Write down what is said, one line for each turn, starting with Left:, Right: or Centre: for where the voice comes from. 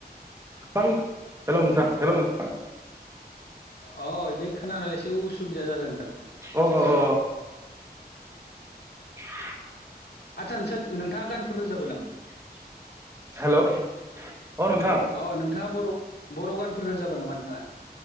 Right: <unintelligible> हेलौ नोंथां <inaudible>
Left: अ एबे खोनानायाव एसे उसुबिदा जादो नोंथां
Right: अ अ <inaudible>
Left: आदसा नोसा नोंथाङा गानफोर रोजाबो नामा
Right: हेलौ अ नोंथां <inaudible>
Left: अ नोंथाङा बर' बर' गानफोर रोजाबो नामा नोंथाङा